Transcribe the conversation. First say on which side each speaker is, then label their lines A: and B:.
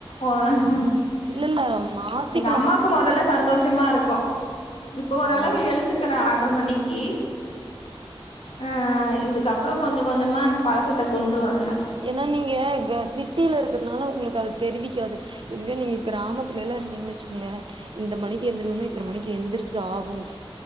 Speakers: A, on the left (about 85°); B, on the right (about 60°).
A: ஒ ஹ
B: இல்ல இல்ல மாத்தி
A: அம்மாக்கு முதல்ல சந்தோஷமா இருக்கும் இப்ப ஓரளவு
B: ஆ
A: எழுந்துக்கிற ஆரவ் மன்னிக்கி அஹ் இதுக்கப் அப்புறம் கொஞ்சம் கொஞ்சமா அந்த பழக்கத்தை கொண்டு வரணும்
B: ஏன்னா நீங்க இங்க சிட்டியில இருக்குறதுனால உங்களுக்கு அது தெரிவிக்காது இதுவே நீங்க கிராமத்துல எல்லாம் இருந்தீங்கன்னு வச்சுக்கங்களேன் இந்த மணிக்கு <unintelligible> இத்தன மணக்கு ஏந்திரச்சு ஆகுனும்